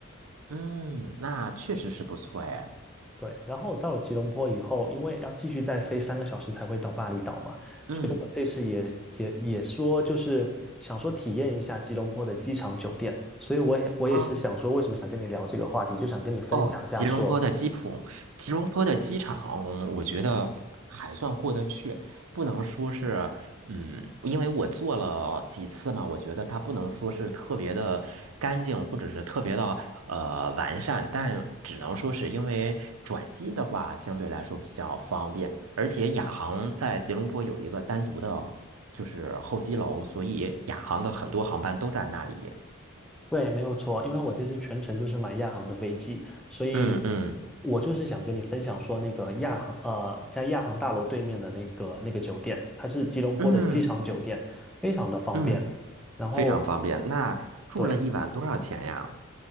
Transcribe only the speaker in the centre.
对，然后到了吉隆坡以后，因为要继续再飞三个小时才会到巴厘岛嘛，
所以我这次也也也说就是想说体验一下吉隆坡的机场酒店，所以我也我也是想说为什么想跟你聊这个话题，
就想跟你分享一下说
对，没有错，因为我这次全程就是买亚航的飞机，所以
我就是想跟你分享说，那个亚航，呃，在亚航大楼对面的那个那个酒店，它是吉隆坡的机场酒店，
非常的方便。
然后，
对，